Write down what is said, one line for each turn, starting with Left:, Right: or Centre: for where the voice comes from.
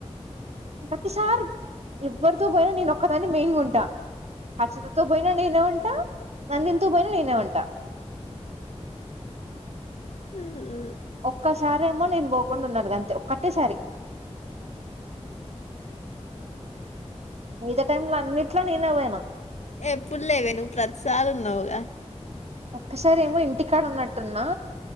Right: ప్రతిసారి ఎవ్వరితో పోయినా నేను ఒక్కదాన్ని మెయిన్ ఉంట హర్షితతో పోయినా నేనే ఉంట నందిన్తో పోయినా నేనే ఉంటా
Left: ఆ మ్మ్
Right: ఒక్కసారేమో నేను పోకుండ ఉన్నాను గంతే ఒక్కటేసారి మిగిత టైమ్ లో అన్నిట్లో నేనే పోయిన
Left: ఏ ఎప్పుడుల్లేవే నువ్వు ప్రతిసారి ఉన్నవుగ
Right: ఒక్కసారి ఏమో ఇంటి కాడఉన్నట్టున్నా